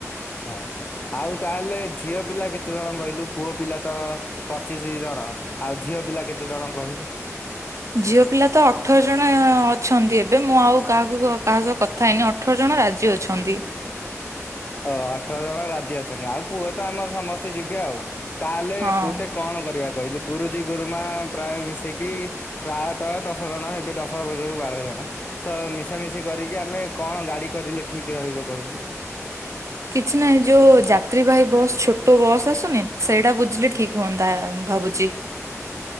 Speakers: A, on the left; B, on the right.
A: ହଁ ଆଉ ତାହେଲେ ଝିଅ ପିଲା କେତେଜଣ କହିଲୁ ପୁଅ ପିଲା ତ ପଚିଶି ଜଣ ଆଉ ଝିଅ ପିଲା କେତେ ଜଣ କହିଲୁ।
B: ଝିଅ ପିଲା ତ ଅଠର ଜଣ ଅଛନ୍ତି ଏବେ ମୁଁ ଆଉ କାହାକୁ କାହା ସହ କଥା ହେଇନି ଅଠ ଅଠର ଜଣ ରାଜି ଅଛନ୍ତି।
A: ଓ ଅଠର ଜଣ ରାଜି ଅଛନ୍ତି ଆଉ ପୁଅ ତ ଆମର ସମସ୍ତେ ଯିବେ ଆଉ। ତାହେଲେ
B: ହଁ।
A: ଗୋଟେ କଣ କରିବା କହିଲୁ ଗୁରୁଜୀ ଗୁରୁମା ପ୍ରାୟ ମିଶି କି ପ୍ରାୟତଃ ଦଶ ଜଣ ହେବେ ଦଶରୁ ବୁଜୁ ବାର ଜଣ। ତ ମିଶାମିଶି କରିକି ଆମେ କଣ ଗାଡି କରିଲେ ଠିକ ରହିବ କହିଲୁ?
B: <inaudible> କିଛି ନାହିଁ ଯୋଉ ଯାତ୍ରୀବାହୀ ବସ୍ ଛୋଟ ବସ୍ ଆସୁନି। ସେଇଟା ବୁଝିଲେ ଠିକ ହୁଅନ୍ତା ମୁଁ ଭାବୁଛି।